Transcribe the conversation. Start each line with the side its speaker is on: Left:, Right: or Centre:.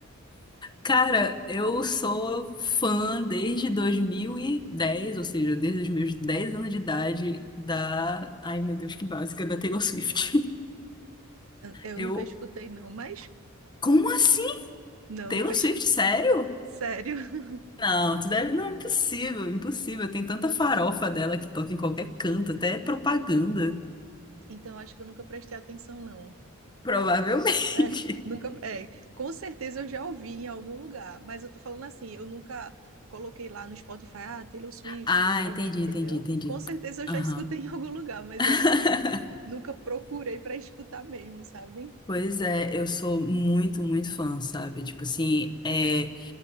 Left: Cara, eu sou fã desde 2010, ou seja, desde os meus 10 anos de idade da... Ai, meu Deus, que básica, da Taylor Swift. <laughs>
Right: Eu, eu
Left: Eu...
Right: nunca escutei não, mas
Left: Como assim?
Right: não,
Left: Taylor
Right: nunca escutei.
Left: Swift, sério?
Right: Sério. <laughs>
Left: Não, tu deve... Não, impossível, impossível. Tem tanta farofa dela que toca em qualquer canto, até é propaganda.
Right: Então acho que eu nunca prestei atenção não.
Left: Provavelmente.
Right: É, nunca,
Left: <laughs>
Right: é, com certeza eu já ouvi em algum lugar, mas eu tô falando assim, eu nunca coloquei lá no Spotify, ah, Taylor Swift
Left: Ah,
Right: pra
Left: entendi,
Right: ouvir, entendeu?
Left: entendi, entendi.
Right: Com certeza eu já
Left: Aham.
Right: escutei em algum lugar, mas
Left: <laughs>
Right: eu nunca, nunca procurei pra escutar mesmo, sabe?
Left: Pois é, eu sou muito, muito fã, sabe? Tipo assim, é...